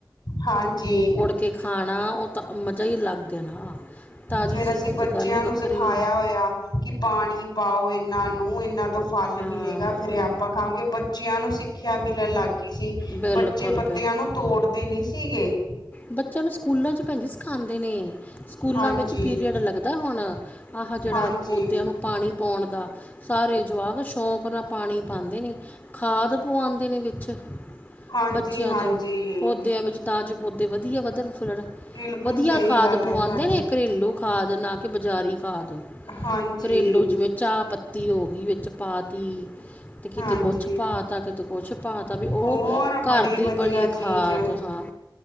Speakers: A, on the left; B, on the left.
A: ਹਾਂਜੀ।
B: ਤੇ ਖਾਣਾ, ਓ ਤਾਂ ਮਜ਼ਾ ਈ ਅਲੱਗ ਐ ਨਾ। ਤਾਜ਼ੀ
A: ਫੇਰ
B: ਚੀਜ਼
A: ਅਸੀਂ
B: ਦੀ
A: ਬੱਚਿਆਂ
B: ਤਾਂ ਗੱਲ ਹੀ ਵੱਖਰੀ
A: ਨੂੰ ਸਿਖਾਇਆ
B: ਹੈ
A: ਹੋਇਆ। ਕਿ ਪਾਣੀ ਪਾਓ ਏਨਾਂ ਨੂੰ। ਏਨਾਂ ਤੋਂ ਫਲ
B: ਹਾਂ
A: ਮਿਲੇਗਾ, ਫੇਰ ਆਪਾਂ ਖਾਓਗੇ। ਬਚ- ਬੱਚਿਆਂ ਨੂੰ ਸਿੱਖਿਆ ਮਿਲਣ ਲੱਗ ਗਈ ਸੀ।
B: ਬਿਲਕੁਲ
A: ਬੱਚੇ ਪੱਤਿਆਂ ਨੂੰ ਤੋੜਦੇ ਨੀ ਸੀਗੇ।
B: ਬੱਚੇਆਂ ਨੂੰ ਸਕੂਲਾਂ 'ਚ ਭੈਣ ਜੀ ਸਿਖਾਂਦੇ ਨੇ। ਸਕੂਲਾਂ
A: ਹਾਂਜੀ
B: ਵਿੱਚ ਪੀਰੀਅਡ ਲੱਗਦਾ ਹੁਣ, ਆਹ ਜੇੜਾ
A: ਹਾਂਜੀ
B: ਪੌਦਿਆਂ ਨੂੰ ਪਾਣੀ ਪੋਂਣ ਦਾ। ਸਾਰੇ ਜਵਾਕ ਸ਼ੌਂਕ ਨਾਲ ਪਾਣੀ ਪਾਂਦੇ ਨੇ। ਖਾਦ ਪਵਾਉਂਦੇ ਨੇ ਵਿੱਚ।
A: ਹਾਂਜੀ
B: ਬੱਚੇਆਂ
A: ਹਾਂਜੀ
B: ਤੋਂ ਪੌਦਿਆਂ ਵਿੱਚ ਤਾ ਜੋ ਪੌਦੇ ਵਧੀਆ ਵਧਣ- ਫੁੱਲਣ।
A: ਬਿਲਕੁਲ
B: ਵਧੀਆ
A: ਸਹੀ
B: ਖਾਦ
A: ਗੱਲ
B: ਪੁਆਂਦੇ
A: ਹੈ ਤੁਹਾਡੀ
B: ਨੇ, ਘਰੇਲੂ ਖਾਦ ਨਾ ਕਿ ਬਜਾਰੀ ਖਾਦ।
A: ਹਾਂਜੀ।
B: ਘਰੇਲੂ ਜਿਵੇਂ ਚਾਹ ਪੱਤੀ ਹੋ ਗਈ ਵਿੱਚ ਪਾ ਤੀ, ਤੇ ਕਿਤੇ
A: ਹਾਂਜੀ
B: ਕੁਛ ਪਾ ਤਾ ਕਿਤੇ ਤੇ ਕੁਛ ਪਾ ਤਾਂ ਵੀ ਓ
A: ਹੋਰ
B: ਘਰ
A: ਬੜੀ
B: ਦੀ
A: ਵਧੀਆ
B: ਬਣੀ
A: ਚੀਜ਼
B: ਖਾਦ
A: ਹੈ।
B: ਹਾਂ,